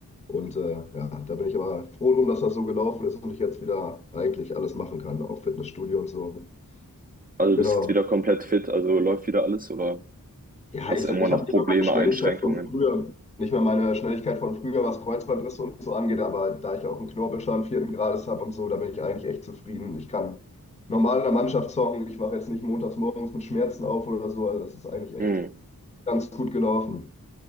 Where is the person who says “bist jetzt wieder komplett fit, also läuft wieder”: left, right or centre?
Right